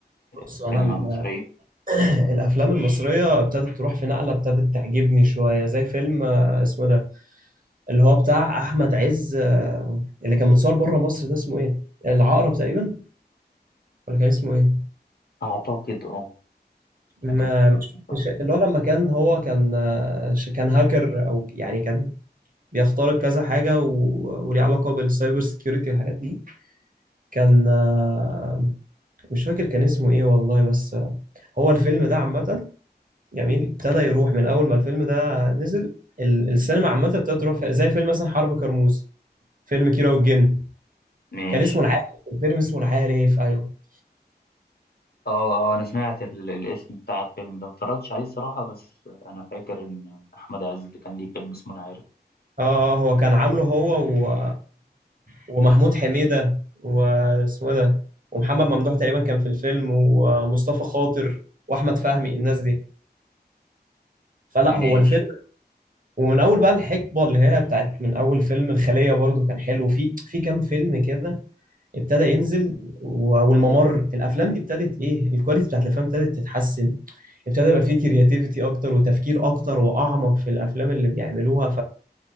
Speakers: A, on the right; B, on the left.
A: بص
B: السينما
A: انا ال-
B: المصرية
A: <clears throat> الافلام المصريه ابتدت تروح في نقله ابتدت تعجبني شويه زي فيلم آه، اسمه ده اللي هو بتاع احمد عز آه، اللي كان متصور بره مصر ده اسمه ايه العقرب تقريبا ولا كان اسمه ايه
B: اعتقد اه
A: ما
B: فاكر الفيلم
A: مش,
B: صح
A: مش اللي هو لما كان هو كان آه، ش- كان هاكر او يعني كان بيخترق كذا حاجه و... وليه علاقه بالسايبر سيكيورتي والحاجات دي كان آه، مش فاكر كان اسمه ايه والله بس آه، هو الفيلم ده عامه جميل ابتدى يروح من اول ما الفيلم ده نزل ال- السينما عامه ابتدت تروح في- زي فيلم مثلا حرب كرموز فيلم كيرة والجن
B: ماشي
A: كان اسمه العارف الفيلم اسمه العارف ايوه
B: اه اه انا سمعت ال- الاسم بتاع الفيلم ده ما اتفرجتش عليه الصراحة بس انا فاكر ان احمد عز كان ليه فيلم اسمه العارف
A: اه هو كان عامله هو و... ومحمود حميدة واسمه إيه ده ومحمد ممدوح تقريبا كان في الفيلم ومصطفى خاطر واحمد فهمي الناس دي فلا
B: ماشي
A: هو الفيلم ومن اول بقى الحقبه اللي هي بتاعت من اول فيلم الخليه برضو كان حلو في في كام فيلم كده ابتدى ينزل و- والممر الافلام دي ابتدت ايه الكواليتي بتاعت الافلام ابتدت تتحسن ابتدى يبقى في كرياتيفيتي اكتر وتفكير اكتر واعمق في الافلام اللي بيعملوها